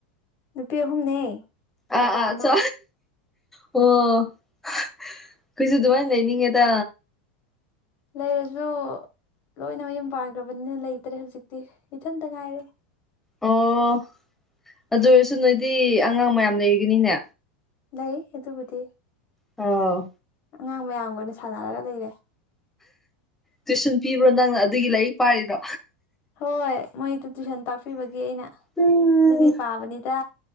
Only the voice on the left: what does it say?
ꯅꯨꯄꯤ ꯑꯍꯨꯝꯅꯦ ꯅꯨꯄꯥ
ꯑꯃ
ꯂꯩꯔꯁꯨ ꯂꯣꯏꯅ ꯃꯌꯨꯝ ꯄꯥꯟꯈ꯭ꯔꯕꯅꯤꯅ ꯂꯩꯇ꯭ꯔꯦ ꯍꯧꯖꯤꯛꯇꯤ ꯏꯊꯟꯇ ꯉꯥꯏꯔꯦ
ꯂꯩ ꯑꯗꯨꯕꯨꯗꯤ
ꯑꯉꯥꯡ ꯃꯌꯥꯝꯒ ꯑꯣꯏꯅ ꯁꯥꯟꯅꯔꯒ ꯂꯩꯔꯦ
ꯍꯣꯏ ꯃꯣꯏꯗꯨ ꯇꯨꯏꯁꯟ ꯇꯥꯛꯄꯤꯕꯒꯤ ꯑꯩꯅ ꯑꯗꯨꯒꯤ
ꯄꯥꯕꯅꯤꯗ꯫